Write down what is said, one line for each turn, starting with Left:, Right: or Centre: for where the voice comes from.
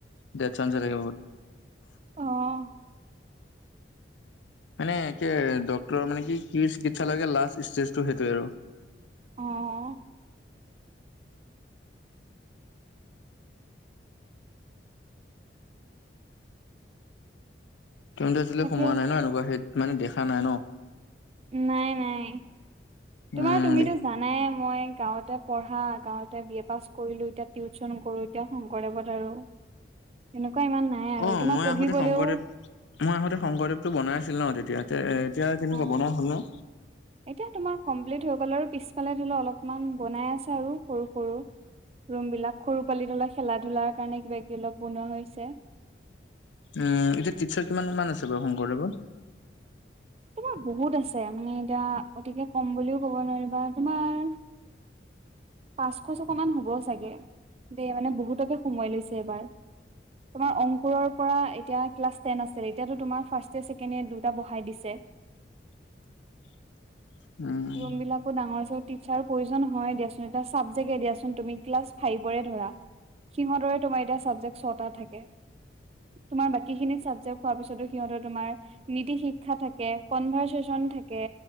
Left: ডেট চাঞ্চহে থাকে বহুত
Right: অ
Left: মানে একে ডক্তৰৰ মানে কি চিকিৎসা লাগে লাষ্ট ষ্টেজটো সেইটোৱে আৰু
Right: অ
Left: তুমিতো আজিলৈ
Right: তাকে
Left: সোমোৱা নাই ন এনেকোৱা সেইত মানে দেখা নাই ন
Right: নাই নাই তোমাৰ
Left: উম
Right: তুমিতো জানাই মই গাঁৱতে পঢ়া গাঁৱতে বি এ পাছ কৰিলো এতিয়া টিউচন কৰো এতিয়া শংকৰদেৱত আৰু তেনেকোৱা ইমান নাই আৰু
Left: অ'
Right: তোমাৰ
Left: মই
Right: পঢ়িবলেও
Left: আহোতে শংকৰদেৱ মই আহোতে শংকৰদেৱটো বনাই আছিল ন তেতিয়া তে এতিয়া কেনেকোৱা
Right: অ
Left: বনাই হ'ল নে
Right: এতিয়া তোমাৰ কমপ্লিট হৈ গ'ল আৰু পিছফালে ধৰি লও অলপমান বনাই আছে আৰু সৰু সৰু ৰুম বিলাক সৰু পোৱালী ধৰি লক খেলা ধূলাৰ কাৰণে কিবা কিবি অলপ বনোৱা হৈছে
Left: উম এতিয়া টিচাৰ কিমান কিমান আছে বাৰু শংকৰদেৱত?
Right: এ বহুত আছে মানে এতিয়া অতিকে কম বুলিও ক'ব নোৱাৰি বা তোমাৰ পাঁচশ ছশ মান হ'ব চাগে দেই মানে বহুতকে সোমাৱাই লৈছে এইবাৰ তোমাৰ অংকুৰৰ পৰা এতিয়া ক্লাছ টেন আছিল এতিয়াতো তোমাৰ ফাৰ্ষ্ট ইয়েৰ ছেকেণ্ড ইয়েৰ দুটা বহাই দিছে
Left: <unintelligible> উম
Right: ৰুমবিলাকো ডাঙৰ চ টিছাৰো প্ৰয়োজন হয় দিয়াচোন এটা চাবজেক্টে দিয়া চোন তুমি ক্লাছ ফাইভৰে ধৰা সিহঁতৰে তোমাৰ এতিয়া ছাবজেক্ট ছটা থাকে তোমাৰ বাকীখিনি চাবজেক্ট হোৱাৰ পিছতো সিহঁতৰ তোমাৰ নীতি শিক্ষা থাকে কনভাৰ্চেচন থাকে